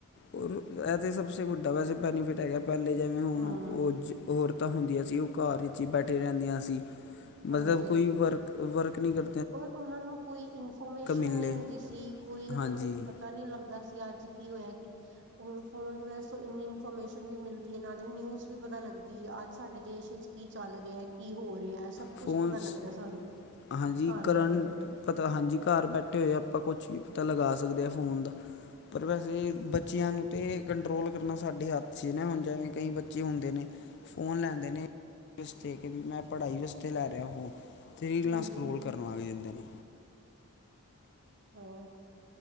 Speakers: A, on the left; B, on the right.
A: ਔਰ ਇਹ ਤਾਂ ਸਭਸੇ ਵੱਡਾ ਵੈਸੇ ਬੈਨੀਫਿਟ ਹੈਗਾ ਪਹਿਲੇ ਜਿਵੇਂ ਹੁਣ
B: ਹਾਂ।
A: ਉਹ ਜ ਔਰਤਾਂ ਹੁੰਦੀਆਂ ਸੀ, ਉਹ ਘਰ ਵਿੱਚ ਹੀ ਬੈਠੇ ਰਹਿੰਦੀਆਂ ਸੀ, ਮਤਲਬ
B: ਹਾਂਜੀ।
A: ਕੋਈ ਵਰਕ ਵਰਕ ਨੀ ਕਰ
B: ਉਹ ਉਹਨਾਂ ਨੂੰ ਕੋਈ ਇਨਫੋਰਮੇਸ਼ਨ
A: ਮਿਲੇ
B: ਨਹੀਂ ਹੁੰਦੀ ਸੀ ਕੋਈ ਉਹਨਾਂ
A: ਹਾਂਜੀ
B: ਨੂੰ ਪਤਾ ਨੀ ਲੱਗਦਾ ਸੀ ਅੱਜ ਕੀ ਹੋਇਆ ਕਿ ਹੁਣ ਫੋਨ ਵਿੱਚ ਇੰਨੀ ਇਨਫੋਰਮੇਸ਼ਨ ਵੀ ਮਿਲਦੀ ਨਾਲੇ ਨਿਊਜ਼ ਵੀ ਪਤਾ ਲੱਗਦੀ ਐ ਅੱਜ ਸਾਡੇ ਦੇਸ਼ ਵਿੱਚ ਕੀ ਚੱਲ ਰਿਹਾ, ਕੀ ਹੋ ਰਿਹਾ, ਸਭ
A: ਫੋਨਸ
B: ਕੁੱਛ ਪਤਾ ਲੱਗਦਾ ਸਾਨੂੰ।
A: ਹਾਂਜੀ,
B: ਘਰ
A: ਕਰੰਟ
B: ਬੈਠੇ ਹੋਏ।
A: ਪਤਾ ਹਾਂਜੀ, ਘਰ ਬੈਠੇ ਹੋਏ ਆ ਆਪਾਂ ਕੁਛ ਵੀ ਪਤਾ ਲਗਾ ਸਕਦੇ ਆ ਫ਼ੋਨ ਦਾ ਪਰ ਵੈਸੇ ਬੱਚਿਆਂ ਨੂੰ ਤੇ ਕੰਟਰੋਲ ਕਰਨਾ ਸਾਡੇ ਹੱਥ 'ਚ ਨੀ ਹੁਣ ਜਿਵੇਂ ਕਈ ਬੱਚੇ ਹੁੰਦੇ ਨੇ ਫੋਨ ਲੈਂਦੇ ਨੇ, ਇਸ ਵਾਸਤੇ ਕਿ ਵੀ ਮੈਂ ਪੜ੍ਹਾਈ ਵਾਸਤੇ ਲੈ ਰਿਹਾ ਫੋਨ, ਤੇ ਰੀਲਾਂ‌
B: ਹੂੰ-ਹੂੰ।
A: ਸਕੋਲ ਕਰਨ ਲੱਗ ਜਾਂਦੇ ਨੇ
B: ਹਾਂ।